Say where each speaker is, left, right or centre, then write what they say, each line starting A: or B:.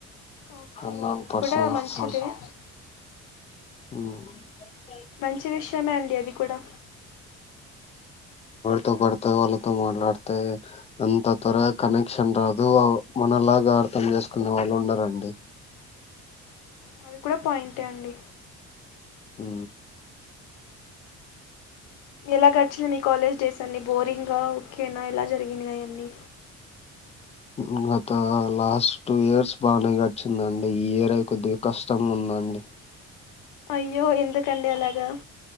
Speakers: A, on the left; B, on the left.
A: ఓకే
B: అన్నోన్
A: అది
B: పర్సన్స్
A: కూడా మంచిదే ఉ
B: అ
A: మంచి విషయమే అండి అది కూడా
B: తో పడతా వాళ్ళతో మాట్లాడతా అంత త్వరగా కనెక్షన్ రాదు మనలాగా అర్థం చేసుకునే వాళ్ళు ఉండారంండి
A: అది కూడా పాయింట్ ఏ అండి
B: హ
A: ఎలా గడిచింది నీ కాలేజ్ డేస్ అన్నిబోరింగ్గా ఓకేనా ఎలా జరిగినాయి అన్నీ
B: ఉ అ ఇంత లాస్ట్ టూ ఇయర్స్ బాగానే గచ్చిందండి ఈ ఇయర్ై కొద్దిగా కష్టంగా ఉందండి
A: అయ్యో ఎందుకండి అలాగా